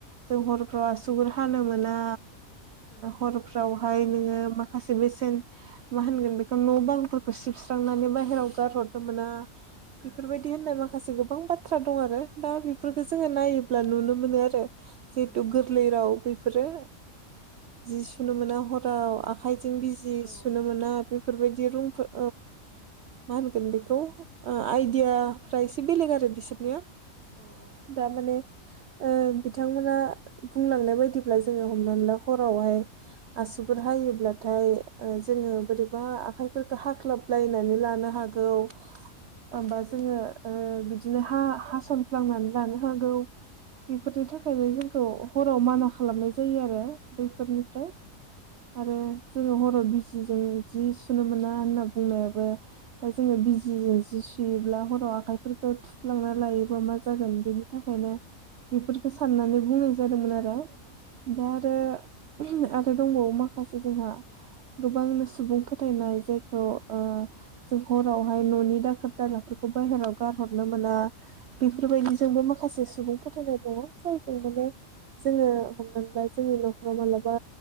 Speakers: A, on the right; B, on the right.
A: जों हरफ्रावा आसुगुर हानो मोना
B: उम उम
A: हरफ्रावहाय
B: नंगौ दा
A: नोङो माखासे बेसेन मा होनगोन बे खौ न' बांफोरखौ सिबस्रांनानै बाहेराव गारहरनो मोना।
B: उम
A: बेफोरबायदि होननाय माखासे गोबां बाथ्रा दं आरो दा बेफोरखौ
B: उम
A: जोङो नायोब्ला नुनो मोनो आरो जिहेथु
B: उम
A: गोरलै
B: उम
A: राव बेफोरो जि सुनो मोना हराव आखाइजों बिजि
B: औ औ
A: सुनो मोना बेफोरबायदि रुमफोर मा होनगोन बेखौ
B: औ उम
A: आइदियाफ्रा
B: औ
A: एसे बेलेग आरो बिसोरनिया
B: औ औ
A: दा‌ माने बिथांमोना बुंलांनाय बायदिब्ला जोङो हमनानै ला हरावहाय आसुगुर हायोब्लाथाय जोङो
B: उम
A: बोरै बा आखाइफोरखौ हाख्लाबलायनानै लानो हागौ होमबा जोङो बिदिनो हा हास'नफ्लांनानै लानो हागौ। बेफोरनि थाखायनो जोंखौ हराव माना खालामनाय जायो आरो बैफोरनिफ्राय आरो जोङो हर' बिजिजों जि सुनो मोना होनना बुंनायाबो दा जोङो बिजिजों जि सुयोब्ला हराव आखाइफोरखौ थुफ्लांना लायोबा मा जागोन बेनि थाखायनो बेफोरखौ साननानै बुंनाय जादोंमोन आरो। दा आरो आरो दंबावो माखासे जोंहा गोबांनो सुबुं फोथायनाय जायखौ जों हरावहाय न'नि दाखोर दालाफोरखौ बाहेराव गारहरनो मोना बेफोरबायदिजोंबो माखासे सुबुं फोथायनाय दङ जायजों माने जोङो हमनानै ला जोंनि न'खराव मालाबा